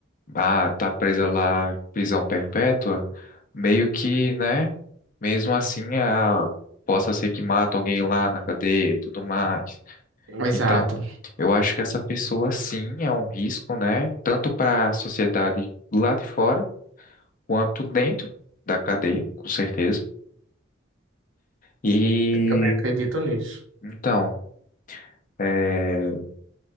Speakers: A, on the left; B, on the right.
A: Ah, tá presa lá em prisão perpétua, meio que, né? Mesmo assim, ah, possa ser que mata alguém lá na cadeia e tudo mais.
B: Exato.
A: Então, eu acho que essa pessoa sim é um risco, né? Tanto para a sociedade lá de fora quanto dentro da cadeia, com certeza. E
B: Eu também acredito nisso.
A: então, é,